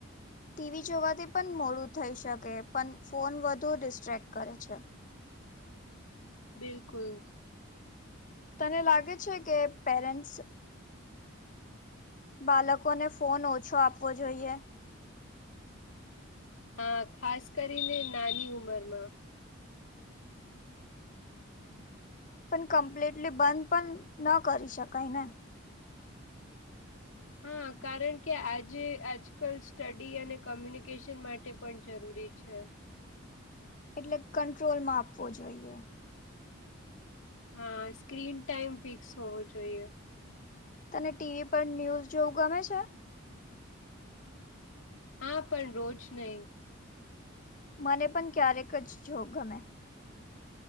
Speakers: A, on the left; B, on the left.
A: ટીવી જોવાથી પણ મોડું થઈ શકે પણ ફોન વધુ ડિસ્ટ્રેક્ટ કરે છે.
B: બિલકુલ.
A: તને લાગે છે કે પેરેન્ટસ બાળકોને ફોન ઓછો આપવો જોઈએ.
B: હા ખાસ કરીને નાની ઉંમર માં
A: પણ કમ્પ્લીટલી બંધ પણ ન કરી શકાય ને
B: હા કારણ કે આજે આજકાલ સ્ટડી અને કોમ્યુનિકેશન માટે પણ જરૂરી છે.
A: એટલે કંટ્રોલમાં આપવો જોઈએ.
B: હા સ્ક્રીન ટાઈમ ફિક્સ હોવો જોઈએ.
A: તને ટીવી પર ન્યુઝ જોવું ગમે છે.
B: હા પણ રોજ નહી.
A: મને પણ ક્યારેક જ જોવુ ગમે.